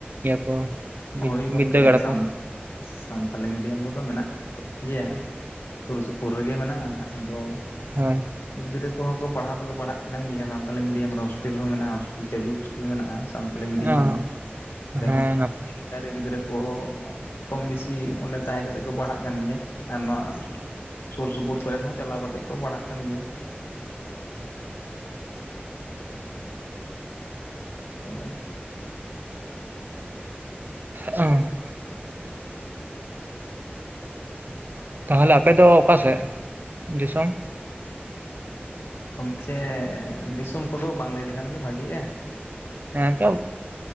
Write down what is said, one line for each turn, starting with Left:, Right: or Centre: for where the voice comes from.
Right: ᱤᱭᱟᱹ ᱠᱚ
Left: ᱦᱚᱭ
Right: ᱵᱤᱫᱽᱫᱟᱹᱜᱟᱲ
Left: ᱜᱚᱢᱠᱮ
Right: ᱠᱚ
Left: ᱥᱟᱱ ᱥᱟᱱᱛᱟᱞᱤ ᱢᱤᱰᱤᱭᱟᱢ ᱠᱚᱫᱚ ᱢᱮᱱᱟᱜ ᱠᱚᱜ ᱜᱮᱭᱟ ᱥᱩᱨ-ᱥᱩᱯᱩᱨ ᱨᱮᱜᱮ ᱢᱮᱱᱟᱜ-ᱟ ᱟᱫᱚ
Right: ᱦᱮᱸ
Left: ᱜᱤᱫᱽᱨᱟᱹ ᱠᱚᱦᱚᱸ ᱠᱚ ᱯᱟᱲᱦᱟᱣ ᱫᱚᱠᱚ ᱯᱟᱲᱦᱟᱜ ᱠᱟᱱ ᱜᱮᱭᱟ ᱥᱟᱱᱛᱟᱞᱤ ᱢᱤᱰᱤᱭᱟᱢ ᱨᱮ ᱦᱚᱥᱴᱮᱞ ᱦᱚᱸ ᱢᱮᱱᱟᱜ-ᱟ ᱦᱚᱥᱴᱮᱞ ᱪᱟᱹᱞᱩ ᱦᱚᱥᱴᱮᱞ ᱢᱮᱱᱟᱜᱼᱟ ᱥᱟᱱᱛᱟᱞᱤ ᱢᱤᱰᱤᱭᱟᱹᱢ
Right: ᱚ
Left: ᱨᱮᱱᱟᱜ
Right: ᱦᱮᱸ
Left: ᱨᱮᱦᱚᱸ
Right: ᱱᱟᱯᱟᱭ
Left: ᱪᱮᱫ ᱞᱮᱠᱟᱨᱮ ᱜᱤᱫᱽᱨᱟᱹ ᱠᱚ ᱠᱚᱢ-ᱵᱤᱥᱤ ᱚᱸᱰᱮ ᱛᱟᱦᱮᱸ ᱠᱟᱛᱮ ᱠᱚ ᱯᱟᱲᱦᱟᱜ ᱠᱟᱱ ᱜᱮᱭᱟ ᱟᱨ ᱱᱚᱣᱟ ᱥᱩᱨ-ᱥᱩᱯᱩᱨ ᱠᱚᱨᱮᱱ ᱦᱚᱸ ᱪᱟᱞᱟᱣ ᱠᱟᱛᱮᱜ ᱠᱚ ᱯᱟᱲᱦᱟᱜ ᱠᱟᱱ ᱜᱮᱭᱟ ᱫᱚ ᱵᱟᱝ
Right: ᱦᱚᱸᱜ-ᱚᱸ ᱛᱟᱦᱚᱞᱮ ᱟᱯᱮ ᱫᱚ ᱚᱠᱟ ᱥᱮᱫ ᱫᱤᱥᱚᱢ
Left: ᱜᱚᱢᱠᱮ ᱫᱤᱥᱚᱢ ᱠᱚᱫᱚ ᱵᱟᱝ ᱞᱟᱹᱭ ᱞᱮᱠᱷᱟᱱ ᱜᱮ ᱵᱷᱟᱹᱜᱤᱜ-ᱟ
Right: ᱦᱮᱸ ᱛᱚ